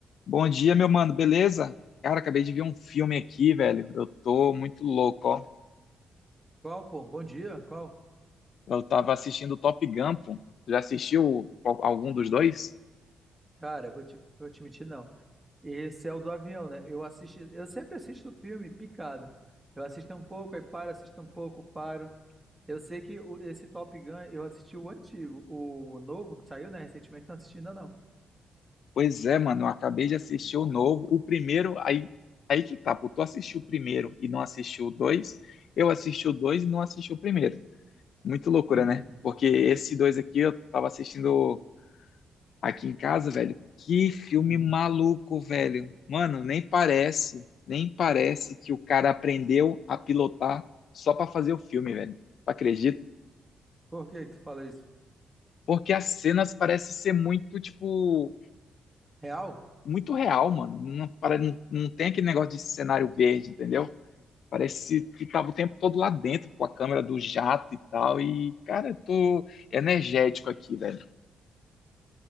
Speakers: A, on the left (about 65°); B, in the centre.
A: Bom dia, meu mano, beleza? Cara, acabei de ver um filme aqui, velho. Eu tô muito louco, ó.
B: Qual, pô? Bom dia? Qual?
A: Eu tava assistindo Top Gun, pô. Já assistiu al- algum dos dois?
B: Cara, vou te, vou te mentir, não. Esse é o do avião, né? Eu assisti, eu sempre assisto o filme picado. Eu assisto um pouco, aí paro, assisto um pouco, paro. Eu sei que o- esse Top Gun, eu assisti o antigo, o novo que saiu, né, recentemente, não assisti ainda não.
A: Pois é, mano, eu acabei de assistir o novo. O primeiro, aí, aí que tá, pô. Tu assistiu o primeiro e não assistiu o dois. Eu assisti o dois e não assisti o primeiro. Muito loucura,
B: <laughs> Uhum,
A: né? Porque esse dois aqui eu tava assistindo. Aqui em casa, velho, que filme
B: uhum.
A: maluco, velho. Mano, nem parece, nem parece que o cara aprendeu a pilotar só pra fazer o filme, velho. Tu acredita?
B: Por que que tu fala isso?
A: Porque as cenas parecem ser muito, tipo,
B: Real?
A: muito real, mano. Não, para- não, não tem aquele negócio de cenário verde, entendeu? Parece que tava o tempo todo lá dentro, com a câmera do jato e tal. E, cara, eu tô energético aqui, velho.